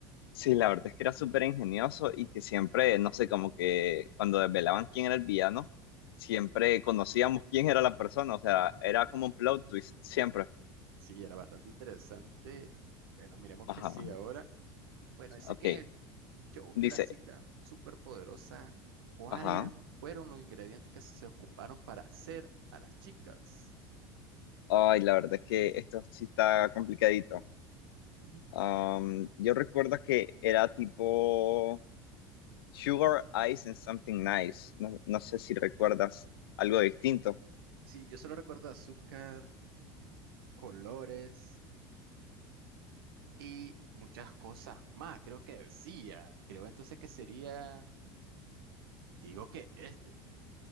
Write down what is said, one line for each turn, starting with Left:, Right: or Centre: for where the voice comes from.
Left: Sí, la verdad es que era súper ingenioso y que siempre, no sé, como que cuando desvelaban quién era el villano, siempre conocíamos quién era la persona. O sea, era como un plot twist, siempre.
Right: Sí, era bastante interesante. Bueno, miremos
Left: Ajá,
Right: qué sigue ahora. Bueno, dice
Left: ok.
Right: que en el show
Left: Dice,
Right: de la chica superpoderosa, ¿cuáles
Left: ajá.
Right: era, fueron los ingredientes que se ocuparon para hacer a las chicas?
Left: Ay, la verdad es que esto sí está complicadito.
Right: Mm.
Left: Am, yo recuerdo que era tipo Sugar Ice and Something Nice. No, no sé si recuerdas algo distinto.
Right: Sí, yo solo recuerdo azúcar, colores. y muchas cosas más, creo que decía. Creo entonces que sería, digo que este,